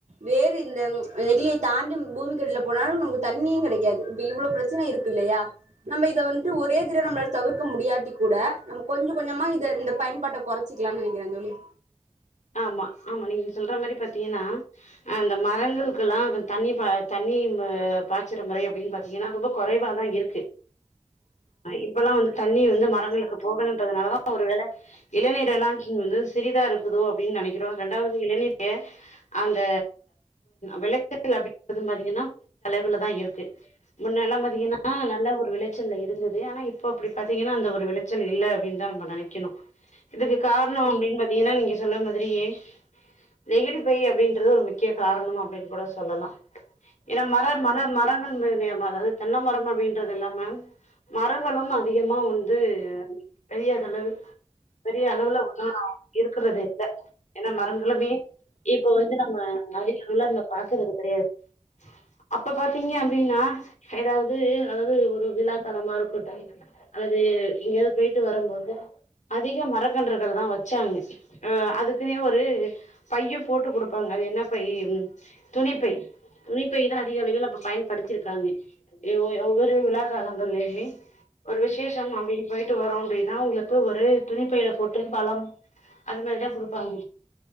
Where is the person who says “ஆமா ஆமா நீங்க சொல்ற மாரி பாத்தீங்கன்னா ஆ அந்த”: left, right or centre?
Left